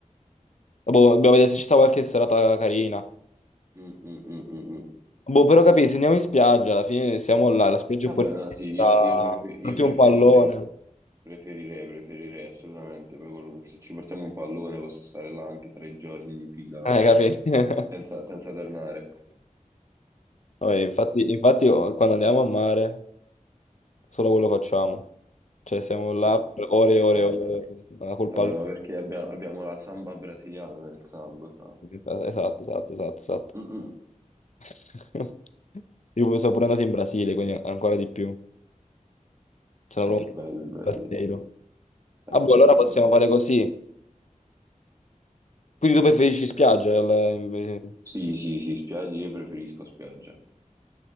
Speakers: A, on the left; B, on the right.
A: Boh, dobbiamo vedere se ci sta qualche serata carina.
B: Mm, mm, mm, mm, mm.
A: Boh, però capisci, se andiamo in spiaggia, alla fine siamo là, la spiaggia
B: Vabbè,
A: è pure
B: no, sì, io,
A: da-
B: io prefe- io
A: porti
B: preferirei,
A: un pallone.
B: preferirei, preferirei assolutamente. Poi col- se ci portiamo un pallone posso stare là anche tre giorni di fila
A: Eh, capì? <laughs>
B: senza, senza tornare.
A: Vabbè, infatti, infatti, oh, quando andiamo a mare, solo quello facciamo. Cioè, siamo là
B: Eh, vabbè.
A: per ore e ore
B: Eh, vabbè.
A: e ore, ore, col
B: Vabbè,
A: pallone.
B: ma perché abbiamo, abbiamo la samba brasiliana nel sangue, fra.
A: Esatto, esatto, esatto, esatto.
B: Mm, mm.
A: <laughs> Io sono pure andato in Brasile, quindi ancora di più. Sono
B: Eh,
A: proprio
B: bello
A: un
B: il Brasile,
A: brasileiro.
B: è
A: Ah, boh,
B: bello,
A: allora possiamo
B: bello.
A: fare così. Quindi tu preferisci spiaggia? il-
B: Sì, sì, sì, spiagge, io preferisco spiaggia.